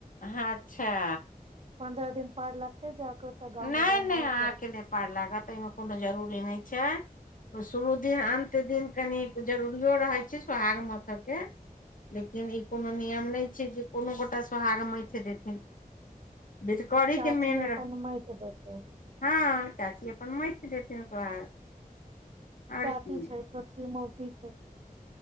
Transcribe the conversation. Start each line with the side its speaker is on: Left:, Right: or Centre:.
Left: अच्छऽ
Right: पन्द्रह दिन पार लगते जाकऽ ओतऽ गाँव
Left: नहि
Right: मे रहनाय
Left: नहि अहाँके
Right: गरी
Left: नहि पार लागत आहिमे कोनो जरूरी नय छै शुरू दिन अन्त दिन कनिक जरूरियो रहैत छै सोहाग मथऽ केँ लेकिन ई कोनो नियम नय छै जे कोनो गोटा सोहाग मईथ देथिन बिधकरी
Right: चाची
Left: के मेन
Right: अपन
Left: रह
Right: मैइत देतै
Left: हँ चाची अपन मइथ देथिन सोहाग आओर
Right: चाची
Left: की
Right: छै छोटकी मौसी छै